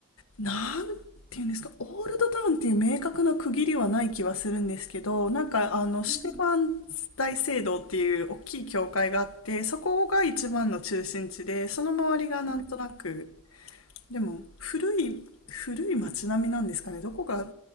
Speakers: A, on the left; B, on the right.
A: なんていうんですか、オールドタウンっていう明確な区切りはない気はするんですけど、なんかあのシュテファン大聖堂っていう大きい教会があって、
B: うん。
A: そこが一番の中心地で、その周りがなんとなく、
B: うんうん。
A: でも古い、古い街並みなんですかね、どこが